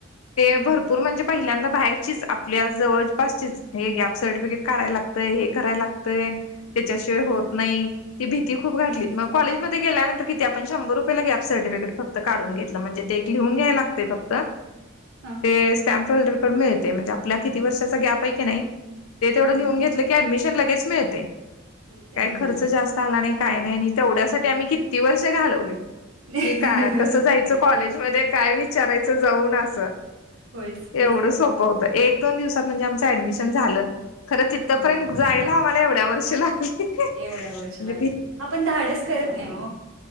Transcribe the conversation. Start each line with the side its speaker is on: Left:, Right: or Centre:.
Left: ते
Right: हम्म
Left: भरपूर म्हणजे पहिल्यांदा बाहेरचीच आप आपल्या जवळपासची हे गॅप सर्टिफिकेट काढाय लागतय. हे कराय लागतय. त्याच्याशिवाय
Right: हम्म
Left: होत नाही. ती भीती खूप घाातलीत
Right: हम्म
Left: मग कॉलेजमध्ये गेल्यानंतर किती आपण शंभर रुपयला ग्या सर्टिफिकेट फक्त काडून घेतलं म्हणजे ते एक लिहून घ्यायला लागतंय फक्त.
Right: हा
Left: ते स्ट्या मिळतंय म्हणजे आपला किती वर्षाचा गॅप आहे क नाही, ते तेवढं
Right: हा
Left: लिहून घेतलं अडमिशन लगेच मिळतय.
Right: ते
Left: काय
Right: हा
Left: खर्च जास्त आला नाही काय नाही, नी तेवढ्यासाठी आम्ही किती वर्ष घालवली.
Right: होयच
Left: कि काय कसं जायचं कॉलेजमध्ये, काय विचारायच जाऊन, असं.
Right: की
Left: एवढं सोपं होतं एक दोन दिवसात म्हणजे आमचं ऍडमिशन झालं. खरं तिथंपर्यंत
Right: हां.
Left: जायला आम्हाला एवढ्या वर्षी लागली. म्हणजे
Right: एवढ्या वर्ष लागली.
Left: भी
Right: आपण धाडस करत नाही हो.